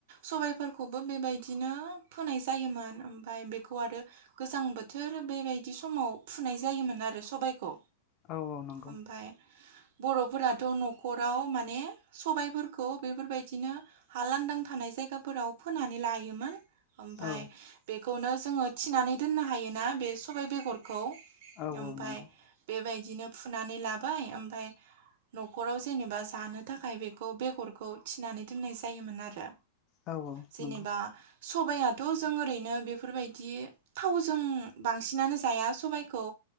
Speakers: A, on the right (about 55°); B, on the left (about 30°).
A: सबायफोरखौबो बेबायदिनो फोनाय जायोमोन ओमफाय बेखौ आरो गोजां बोथोर बेबायदि समाव फुनाय जायोमोन आरो सबायखौ।
B: औ औ नंगौ
A: ओमफाय बर'फोराथ' न'खराव माने सबायफोरखौ बेफोरबायदिनो हा लांदां थानाय जायगाफोराव फोनानै लायोमोन। ओमफाय
B: औ
A: बेखौनो जोङो थिनानै दोननो हायोना बे सबाय बेगर खौ
B: औ
A: ओमफाय
B: औ नंगौ
A: बेबायदिनो फुनानै लाबाय ओमफाय न'खराव जेनेबा जानो थाखाय बेखौ बेगरखौ थिनानै दोननाय जायोमोन आरो।
B: औ औ
A: जेनेबा
B: नंगौ
A: सबाइया थ' जों ओरैनो बेफोरबायदि थावजों बांसिनानो जाया सबायखौ